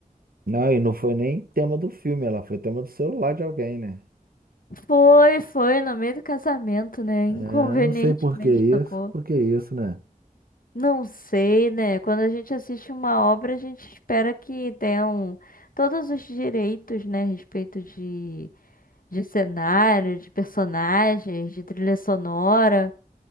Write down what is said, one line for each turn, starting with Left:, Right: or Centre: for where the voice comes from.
Right: Não, e não foi nem tema do filme, ela foi tema do celular de alguém, né?
Left: Foi, foi, no meio do casamento, né? Inconvenientemente
Right: É, não sei por que isso,
Left: tocou.
Right: por que isso, né?
Left: Não sei, né? Quando a gente assiste uma obra, a gente espera que tenham todos os direitos, né? A respeito de, de cenário, de personagens, de trilha sonora.